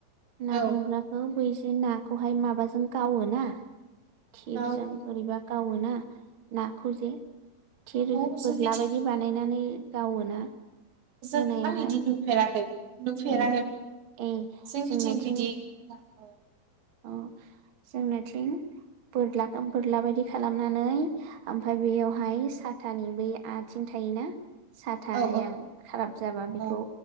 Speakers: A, on the right (about 45°); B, on the right (about 85°).
A: ना
B: औ
A: हमग्राखौ बै बे नाखौहाय माबाजों गावो ना थिरजों
B: गावो
A: बोरैबा गावोना नाखौजे थिर
B: औ जोंनिथिं
A: बोरला बायदि बानायनानै गावोना
B: जों
A: मोनायावहाय
B: आं इदि नुफेराखै नुफेरानो
A: ए ए
B: जोंनिथिं
A: जोंनाथिं
B: बिदि औ
A: अ जोंनाथिं बोरला बोरला बायदि खालामनानै ओमफ्राय बेयावहाय साथानि बै आथिं थायोना साथाया
B: औ
A: खाराब जाबा बेखौ
B: औ